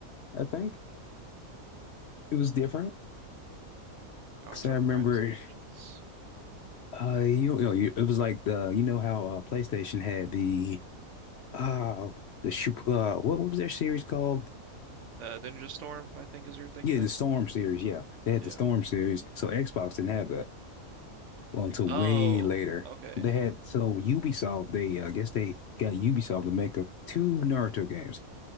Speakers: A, on the left; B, on the right.
A: I think it was different
B: Naruto
A: because I remember,
B: Rise which is
A: uh, you you know, you- it was like the you know how uh, PlayStation had the uh the shoot uh what what was their series called?
B: uh Ninja Storm, I think is what you're thinking
A: Yeah, the
B: of.
A: Storm series. Yeah, they had
B: Yeah.
A: the Storm series. So Xbox didn't have that well until
B: Oh,
A: way later.
B: okay.
A: They had so Ubisoft. They uh, I guess they got Ubisoft to make a, two Naruto games,